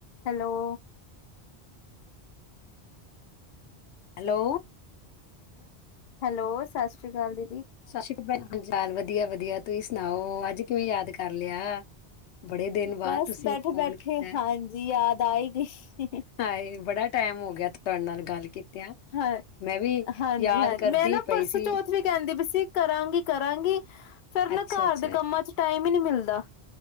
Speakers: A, on the left; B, on the left.
A: ਹੈਲੋ?
B: ਹੈਲੋ।
A: ਹੈਲੋ ਸਤਿ ਸ਼੍ਰੀ ਅਕਾਲ ਜੀ।
B: ਸਤਿ ਸ਼੍ਰੀ ਅਕਾਲ, ਭੈਣ ਹਾਲ ਚਾਲ ਵਧੀਆ -ਵਧੀਆ। ਤੁਸੀਂ ਸੁਣਾਓ, ਅੱਜ ਕਿਵੇਂ ਯਾਦ ਕਰ ਲਿਆ। ਬੜੇ ਦਿਨ ਬਾਅਦ
A: ਬਸ
B: ਤੁਸੀਂ
A: ਬੈਠੇ-
B: ਫੋਨ
A: ਬੈਠੇ
B: ਕੀਤਾ
A: ਹਾਂਜੀ, ਯਾਦ ਆ ਹੀ ਗਈ।
B: ਹਾਏ ਬੜਾ ਟਾਈਮ ਹੋ ਗਿਆ ਤੁਹਾਡੇ ਨਾਲ ਗੱਲ ਕੀਤਿਆਂ
A: ਹਾਂ,
B: ਮੈਂ ਵੀ
A: ਹਾਂਜੀ
B: ਯਾਦ
A: -ਹਾਂਜੀ
B: ਕਰਦੀ
A: ਮੈਂ ਨਾ
B: ਪਈ
A: ਪਰਸੋਂ
B: ਸੀ
A: ਚੌਥ ਵੀ ਕਹਿੰਦੀ ਪਈ ਸੀ। ਕਰਾਂਗੀ- ਕਰਾਂਗੀ ਫੇਰ
B: ਅੱਛਾ
A: ਨਾ ਘਰ
B: ਅੱਛਾ
A: ਦੇ ਕੰਮਾਂ ਚ ਟਾਈਮ, ਹੀ ਨੀ ਮਿਲਦਾ।